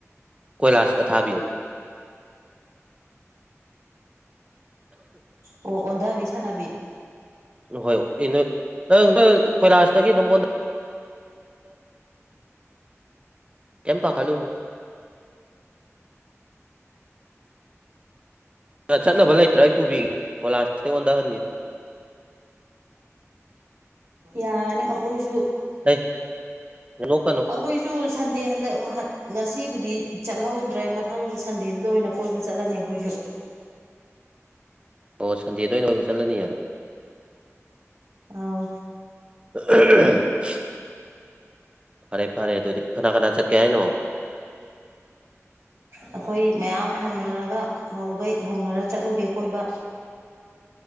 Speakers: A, on the right; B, on the right.
A: ꯀꯣꯏꯂꯥꯁ ꯑꯊꯥꯕꯤꯌꯨ
B: ꯑꯣ ꯑꯣꯟꯊꯕꯤ ꯁꯥꯟꯅꯕꯤ
A: ꯍꯣꯏ ꯏꯅ ꯅꯪ ꯅꯪ ꯀꯣꯏꯔꯥꯁꯇꯒꯤ ꯅꯪꯉꯣꯟꯗ ꯀꯄꯥ ꯍꯂꯅ ꯆꯠꯅꯕ ꯂꯩꯇ꯭ꯔꯥ ꯑꯩ ꯄꯨꯕꯤꯒꯦ ꯀꯣꯂꯥꯁꯁꯤꯗ ꯑꯣꯟꯊꯍꯟꯒ <inaudible>
B: ꯌꯥꯅꯤ ꯑꯩꯈꯣꯏꯁꯨ
A: ꯂꯩ ꯅꯣꯛꯀꯅꯨ
B: ꯑꯩꯈꯣꯏꯁꯨ ꯁꯟꯗꯦ ꯍꯟꯗꯛ ꯉꯁꯤꯕꯨꯗꯤ ꯆꯠꯍꯧ ꯠꯇ꯭ꯔꯦ ꯃꯊꯪ ꯁꯟꯗꯦꯗꯨꯗ ꯑꯣꯏꯅ ꯀꯣꯏꯕ ꯆꯠꯂꯅꯤ ꯑꯩꯈꯣꯏꯁꯨ
A: ꯑꯣ ꯁꯗꯤꯇ ꯏꯅꯕꯨ ꯆꯜꯅꯤ
B: ꯑꯥꯎ
A: <inaudible> ꯐꯔꯦ ꯐꯔꯦ ꯑꯗꯨꯗꯤ ꯀꯅꯥ ꯀꯅꯥ ꯆꯠꯀꯦ ꯍꯥꯏꯅꯣ
B: ꯑꯩꯈꯣꯏ ꯃꯌꯥꯝ ꯍꯧꯅꯔꯒ ꯃꯧꯈꯩ ꯍꯧꯅꯔ ꯆꯠꯂꯨꯒꯦ ꯀꯣꯏꯕ